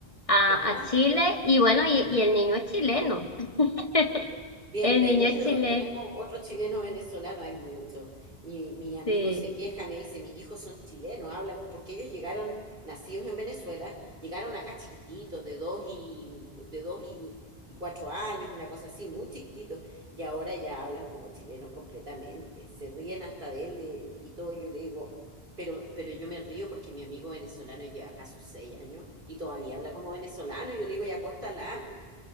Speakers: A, on the left; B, on the right.
A: a,
B: ¿Ya?
A: a Chile y bueno, y, y el niño es chileno. <laughs>
B: Bienvenido,
A: El niño es chileno,
B: tenemos otro chileno venezolano, hay mucho. Mi, mi amigo
A: sí.
B: se queja, me dice, mis hijos son chilenos, hablan, co- porque ellos llegaron, nacidos en Venezuela, llegaron acá chiquititos, de dos y, de dos y, y cuatro años, una cosa así, muy chiquititos, y ahora ya hablan como chilenos completamente, se ríen hasta de él de- y todo, yo le digo, pero, pero yo me río porque mi amigo venezolano lleva acá sus seis años y todavía habla como venezolano, yo le digo, ya córtala,